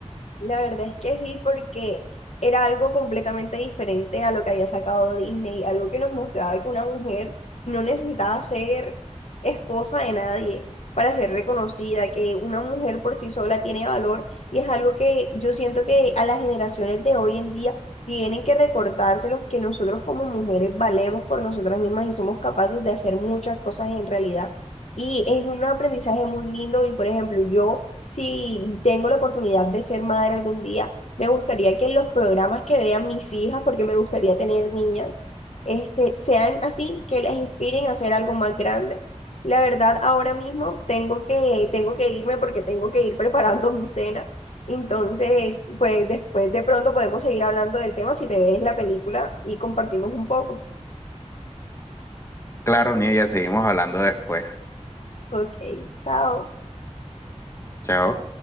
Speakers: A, on the left; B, on the left.
A: La verdad es que sí, porque era algo completamente diferente a lo que había sacado Disney, algo que nos mostraba que una mujer no necesitaba ser esposa de nadie para ser reconocida, que una mujer por sí sola tiene valor y es algo que yo siento que a las generaciones de hoy en día tienen que recordárselos que nosotros como mujeres valemos por nosotras mismas y somos capaces de hacer muchas cosas en realidad. Y es un aprendizaje muy lindo y, por ejemplo, yo, si tengo la oportunidad de ser madre algún día, me gustaría que los programas que vean mis hijas, porque me gustaría tener niñas, este, sean así, que las inspiren a hacer algo más grande. La verdad, ahora mismo tengo que, tengo que irme porque tengo que ir preparando mi cena. Entonces, pues después de pronto podemos seguir hablando del tema si te ves la película y compartimos un poco.
B: Claro, Nia, seguimos hablando después.
A: Ok, chao.
B: Chao.